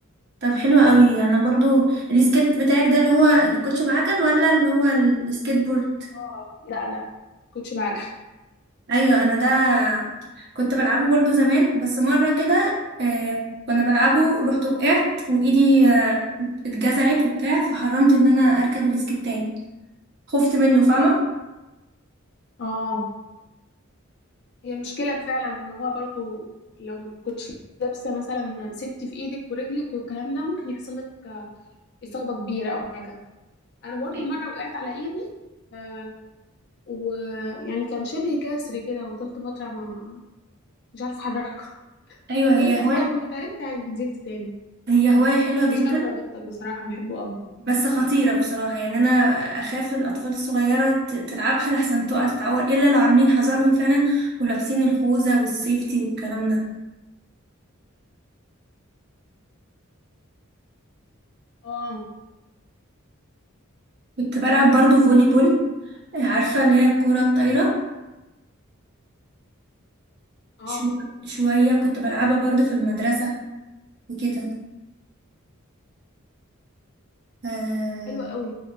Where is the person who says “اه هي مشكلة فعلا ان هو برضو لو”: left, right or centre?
Left